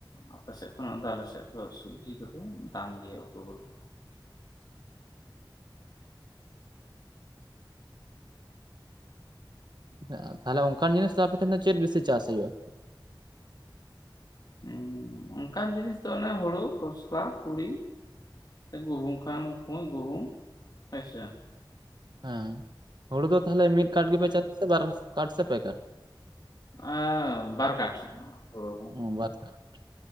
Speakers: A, on the left; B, on the right.
A: ᱟᱯᱮ ᱥᱮᱫ ᱠᱷᱚᱱᱟᱜ ᱫᱚ ᱟᱞᱮᱥᱮᱫ ᱫᱚ ᱥᱩᱵᱽᱡᱤ ᱠᱚᱫᱚ ᱫᱟᱢ ᱜᱮᱭᱟ ᱩᱛᱩ ᱠᱚᱫᱚ।
B: ᱟ ᱛᱟᱦᱮᱞᱮ ᱚᱸᱠᱟᱱ ᱡᱤᱱᱤᱥ ᱫᱚ ᱟᱯᱮᱴᱷᱮᱱ ᱫᱚ ᱪᱮᱫ ᱵᱮᱥᱤ ᱪᱟᱥ ᱦᱩᱭᱩᱜᱼᱟ?
A: ᱦᱩᱸ ᱚᱸᱠᱟᱱ ᱡᱤᱱᱤᱥ ᱫᱚ ᱚᱱᱮ ᱦᱩᱲᱩ, ᱠᱷᱚᱥᱞᱟ, ᱛᱩᱲᱤ। ᱱᱚᱛᱮ ᱜᱩᱦᱩᱢ ᱠᱷᱟᱱ ᱱᱚᱛᱮ ᱢᱟ ᱜᱩᱦᱩᱢ, ᱟᱪᱪᱷᱟ᱾
B: ᱦᱮᱸ ᱦᱩᱲᱩ ᱫᱚ ᱛᱟᱦᱮᱞᱮ ᱢᱤᱫ ᱠᱟᱴ ᱜᱮᱯᱮ ᱪᱟᱥᱼᱟ, ᱥᱮ ᱵᱟᱨ ᱠᱟᱴ ᱥᱮ ᱯᱮ ᱠᱟᱴ?
A: ᱟᱸᱶ ᱵᱟᱨ ᱠᱟᱴ। ᱦᱩᱲᱩ
B: ᱩᱸ ᱵᱟᱨ ᱠᱟᱴ᱾